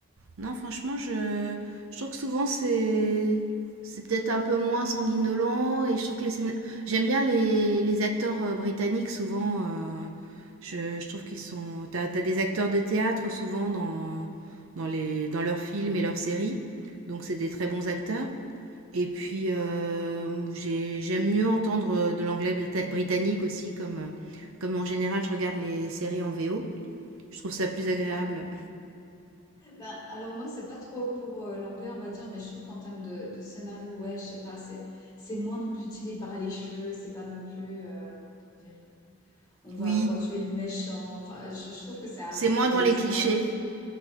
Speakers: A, on the right; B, on the left.
A: Non, franchement, je, je trouve que souvent c'est c'est peut-être un peu moins sanguinolent et je trouve que les scén- j'aime bien les, les acteurs euh, britanniques souvent euh, je, je trouve qu'ils sont t'as t'as des acteurs de théâtre souvent dans dans les dans leurs films et leurs séries donc c'est des très bons acteurs et puis euh, j'ai- j'aime mieux entendre euh, de l'anglais brita- britannique aussi comme euh, comme en général je regarde les séries en VO je trouve ça plus
B: pas
A: agréable
B: mal. Ben, alors moi c'est pas trop pour euh, l'anglais on va dire, mais je trouve qu'en termes de, de scénario, ouais, je sais pas, c'est c'est moins non plus tiré par les cheveux, c'est pas non plus euh, comment dire, on va
A: oui
B: on va tuer le méchant. Enfin, je, je trouve que c'est un-
A: C'est moins
B: les
A: dans les
B: scénarios
A: clichés.